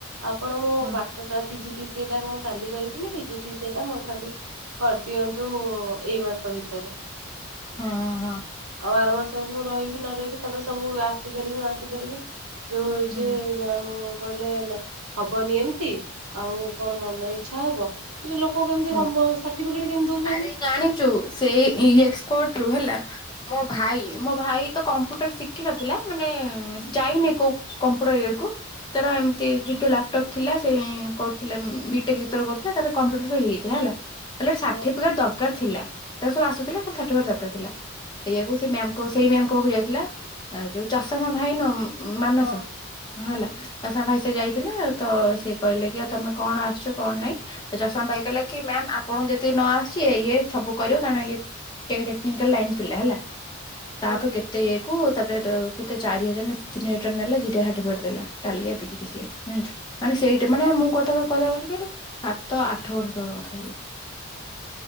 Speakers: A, on the right; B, on the left.
A: ଆପଣ ମୋ
B: ହୁଁ
A: ବାଟଟା ପିଜିଟି ସିଟା ମୁଁ ଖାଲି କରିବିନି ପିଜିଟିିଟା ମୋର ଖାଲି କରିଦିଅନ୍ତୁ ଏଇ ମାସ ଭିତରେ
B: ହଁ ହ ହଁ।
A: ଆଉ ଆର ମାସକୁ ମୁଁ ରହିବି ନ ରହିବି ତାପରେ ସବୁ ଆସିପାରିବି ନ ଆସିପାରିବି ଯୋଉ ହଉଛି
B: ହୁଁ
A: ମମ କହିଲେ ନା ହବନି ଏମିତି ଆଉ କଣ ମନ ଇଛା ହବ, ହେଲେ ଲୋକ କେମିତି
B: ହଁ
A: କମ ସାର୍ଟିଫିକେଟ କେମିତି ଦଉଛନ୍ତି।
B: ଆରେ ଜାଣିଛୁ ସେ ଏକ୍ସପର୍ଟ ରୁ ହେଲା ମୋ ଭାଇ ମୋ ଭାଇ ତ କମ୍ପୁଟର ଶିଖିିନଥିଲା ମାନେ ଯାଇନି କୋଉ କମ୍ପୁ କେକୁ ତାର ଏମିତି ଯୋ ଲାପଟପ୍ ଥିଲା ସେ କରୁଥିଲା, ବିଟେକ୍ ଯେତେବେଳେ କରୁଥିଲା ତାର କମ୍ପ୍ୟୁଟର ହେଇଯାଇଥିଲା ଲା
A: ହଁ
B: ଦରକାର ଥିଲା ସବୁ ଆସୁଥିଲା ଦର ଥିଲା ଏଇ ଯାକୁ ସେ ମ୍ୟା ସେଇ ମ୍ୟା କ ପାକୁ ଯାଇଥିଲା ଯୋଉ ଚଷ ମା ଭାଇ ନ ମାନସ
A: ହଁ
B: ହଁ
A: ହୁଁ
B: ହେଲା ତାସ ଭାଇ ସେ ଯାଇଥିଲା ତ ସିଏ କହିଲେ କିଉ ତମେ କଣ ଆସଛ, କଣ ନାଇଁ ଚଷମା ପାଇଗଲା କି ମ୍ୟାମ୍ ଆପଣ ଯେତିକି ନ ଆସୁଛି, ଇଏ ସବୁ କରିବ କାରଣ ଇଏ ଟେକାଲ ଲାଇନ ପିଲା ହେଲା। ତାପରେ
A: ହୁଁ
B: କେତେ ଇଏକୁ ତାପରେ ସେତେ ଚାରି ହଜାର ତିନି ହଜାର ନେ ଦିଟାଠେଟ ଦେଲା ଟାଲିଆ ପି ସିଏ ଜାଣିଛୁ ମାନେ ସେଇଟା ମାନେ ମୁଁ କଥା କଥାିବା କଛି କହିଲୁ ସାତ ଆଠ ବର୍ଷ ତଳ କଥା ଥାଛି